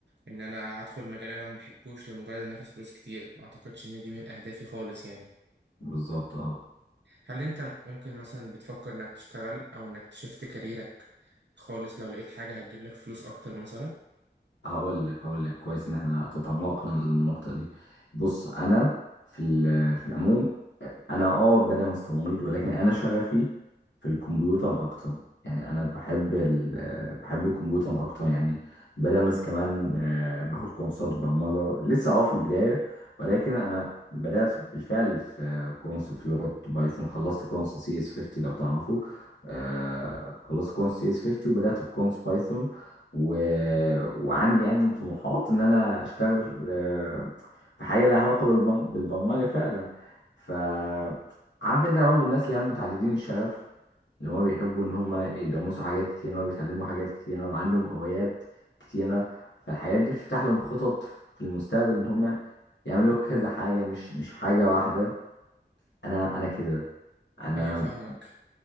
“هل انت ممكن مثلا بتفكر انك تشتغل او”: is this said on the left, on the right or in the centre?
Right